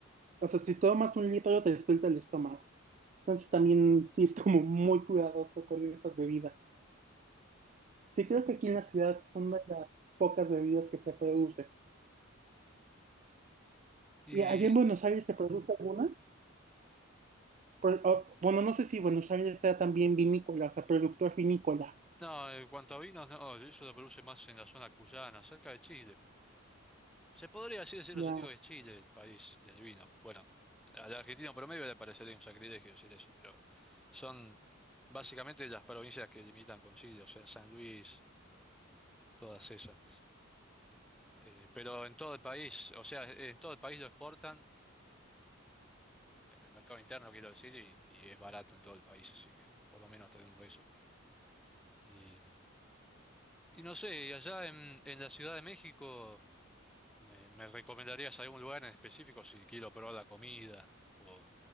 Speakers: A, on the right; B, in the centre.
A: o sea, si tomas un litro te suelta el estómago. Entonces también sí es como muy cuidadoso con esas bebidas. Sí, creo que aquí en la ciudad son de las pocas bebidas que se producen.
B: Sí.
A: ¿Y allá en Buenos Aires se produce alguna? Por- o- bueno, no sé si Buenos Aires sea también vinícola, o sea, productor vinícola.
B: No, en cuanto a vinos, no, eso lo produce más en la zona cuyana, cerca de Chile. Se podría así decir los
A: Ya.
B: amigos que es Chile, el país del vino. Bueno, al argentino promedio le parecería un sacrilegio decir eso, pero son básicamente las provincias que limitan con Chile, o sea, San Luis, todas esas. Eh, pero en todo el país, o sea, en todo el país lo exportan, en el mercado interno quiero decir, y, y es barato en todo el país, así que por lo menos tenemos eso. Y, y no sé, y allá en, en la Ciudad de México. ¿Me, me recomendarías algún lugar en específico si quiero probar la comida o